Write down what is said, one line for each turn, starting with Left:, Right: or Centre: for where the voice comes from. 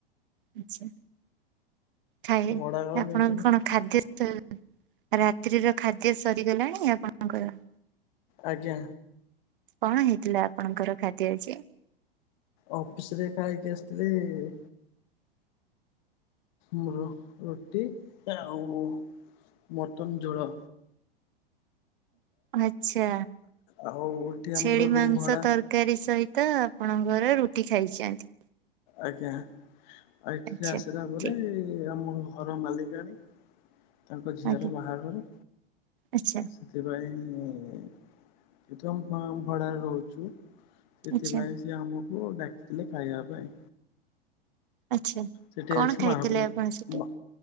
Right: ଆଚ୍ଛା ଖାଇଲେ
Left: ଭଡା ଘର
Right: ଆପଣ
Left: ନେଇଥିଲୁ
Right: କଣ ଖାଦ୍ୟ ତ ରାତ୍ରିର ଖାଦ୍ୟ ସରିଗଲାଣି ଆପଣଙ୍କର?
Left: ଆଜ୍ଞା
Right: କଣ ହେଇଥିଲା ଆପଣଙ୍କର ଖାଦ୍ୟ ଆଜି?
Left: ଅଫିସରେ ଖାଇକି ଆସିଥିଲି। ମୋର ରୁଟି ଆଉ ମଟନ୍ ଝୋଳ।
Right: ଆଚ୍ଛା
Left: ଆଉ ଏଠି ଆମର
Right: ଛେଳି
Left: ରୁମ
Right: ମାଂସ
Left: ଭଡା
Right: ତର ତରକାରୀ ସହିତ ଆପଣଙ୍କର ରୁଟି ଖାଇଛନ୍ତି।
Left: ଆଜ୍ଞା ଆଉ ଏଠିକି
Right: ଆଚ୍ଛା।
Left: ଆସିଲା ପରେ।
Right: ଠିକ
Left: ଆମ ଘର ମାଲିକାଣୀ ତାଙ୍କ ଝିଅର
Right: ଆଜ୍ଞା
Left: ବାହାଘର
Right: ଆଚ୍ଛା
Left: ସେଥିପାଇଁ <unintelligible> ଭଡ଼ାରେ ରହୁଛୁ। ସେଥିପାଇଁ
Right: ଆଚ୍ଛା
Left: ସିଏ ଆମକୁ ଡାକିଥିଲେ ଖାଇବା ପାଇଁ।
Right: ଆଚ୍ଛା।
Left: ସେଠି
Right: କଣ ଖାଇଥିଲେ
Left: ଆଜି <unintelligible>
Right: ଆପଣ ସେଠି?